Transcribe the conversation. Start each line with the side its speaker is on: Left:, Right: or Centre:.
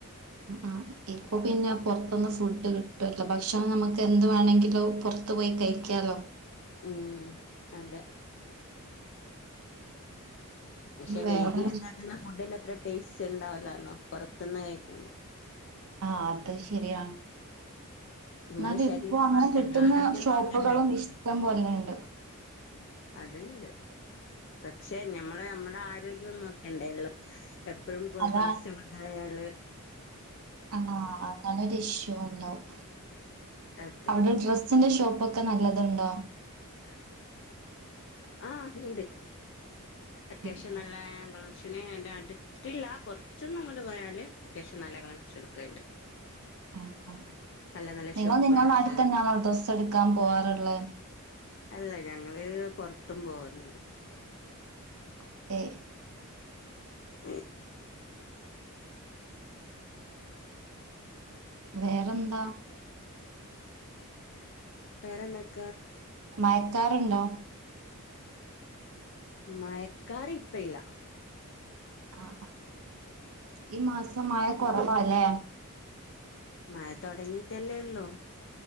Right: ആ ഇപ്പൊ പിന്നെ പുറത്തൊന്ന് ഫുഡ് കിട്ടുവല്ലോ ഭക്ഷണം നമ്മുക്ക് എന്ത് വേണമെങ്കിലോ പുറത്തു പോയി കഴിക്കാലോ
Left: ഉം അതെ പക്ഷെ
Right: വേറെ
Left: വീട്ടില ഇണ്ടാക്കുന്ന ഫുഡിന്റെ അത്ര ടേസ്റ്റ് ഉണ്ടാവലല്ലോ പുൊറത്തന്ന കഴിക്കും
Right: ആഹ അത് ശരിയാണ്
Left: നമ്മളെ
Right: എന്നാല
Left: ശരീരം
Right: ഇപ്പോൊ അങ്ങനെ
Left: നോക്കണ്ടേ
Right: കിട്ടുന്ന
Left: ആരോഗ്യം
Right: ഷോപ്പുകളും
Left: നോക്കണ്ടേ നമുക്ക്
Right: ഇഷ്ടം പോലെുണ്ട്
Left: അതണ്ട് പക്ഷെ നഞമ്മള് നമ്മടെ ആരോഗ്യംൊന്നും നോക്കണ്ട എള്ളം എപ്പോഴും
Right: അതാ
Left: ഫാസ്റ്റ് ഫുഡായാല്
Right: ആഹ നല്ലൊരു ഇഷ്യൂ ഉണ്ടാവും
Left: അതെ
Right: അവിടെ ഡ്രെസ്സിന്റെ ഷോപ്പ ഒക്കെ നല്ലതുണ്ടോ
Left: <inaudible> ആഹ് ഉണ്ട് അത്യാവശ്യം
Right: ഉം ഉം
Left: നല്ലളം ഭക്ഷ എ അടുത്തില്ല കുറച്ചൊന്നും അങ്ങോ് പോയാല് അത്യാവശ്യം നല്ല കണക്ഷണ ഒക്ക ഉണ്ട്
Right: ആ
Left: നല്ല നല്ല
Right: നിങ്ങൾ
Left: ഷോപ്പുകളുണ്ട്
Right: നിങ്ങള നാട്ടിൽ തന്നൊണോ ഡ്രസ് എടുക്കാൻ പോവാാറുള്ളത്
Left: അല്ല ഞങ്ങള് പൊറട്ടും പോകറണ്ടണ്ട്
Right: <inaudible>
Left: ഏ
Right: വേറെന്താ
Left: വേറെന്താ
Right: മയക്കാറുണ്ടോ
Left: മയക്കാറി ഇപ്പയില്ല
Right: ആ ഈ മാസ മഴ കുറവാല്ലേ
Left: മയ തൊടങ്ങീട്ടല്ലെള്ളൂ...